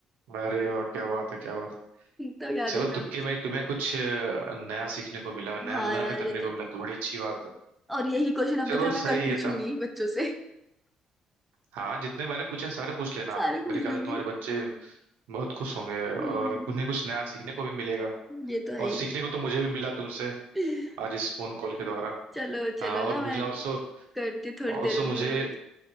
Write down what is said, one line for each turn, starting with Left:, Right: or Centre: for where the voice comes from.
Right: अरे वाह क्या बात है क्या बात है
Centre: तो याद
Right: चलो
Centre: है था
Right: तुक्के में तुम्हें कुछ अ, नया सीखने को मिला
Centre: हाँ
Right: नया लर्न
Centre: यार ये
Right: करने
Centre: तो
Right: को
Centre: है।
Right: मिला तो बड़ी अच्छी बात है
Centre: और यही क्वेश्चन अब
Right: चलो
Centre: देखना मैं
Right: सही
Centre: कल पूछूंगी
Right: है तब
Centre: बच्चों से <laughs>
Right: हाँ जितने मैंने पूछे हैं, सारे पूछ लेना
Centre: सारे
Right: मेरे
Centre: पूछ
Right: ख्याल
Centre: लूंगी
Right: से तुम्हारे बच्चे बहुत खुश होंगे और
Centre: हम्म
Right: उन्हें कुछ नया सीखने को भी मिलेगा
Centre: ये तो है
Right: और
Centre: ही
Right: सीखने को तो मुझे भी मिला तुमसे
Centre: <laughs>
Right: आज इस फोन कॉल के द्वारा
Centre: चलो चलो
Right: हाँ और
Centre: ना मैं
Right: मुझे ऑल्सो
Centre: करती हूँ थोड़ी
Right: ऑल्सो
Centre: देर
Right: मुझे
Centre: में बात